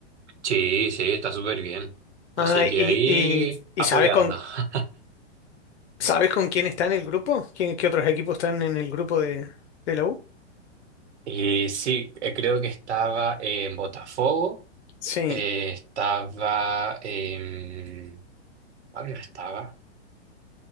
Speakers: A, on the right; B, on the left.
A: Sí, sí, está súper bien.
B: Ah,
A: Así
B: y,
A: que ahí
B: y, y
A: apoyando.
B: ¿sabes con,
A: <laughs>
B: sabes con quién está en el grupo? ¿Quién, qué otros equipos están en el grupo de, de la U?
A: Y sí, eh, creo que estaba en Botafogo,
B: Sí.
A: eh, estaba en... ¿Cuál más estaba?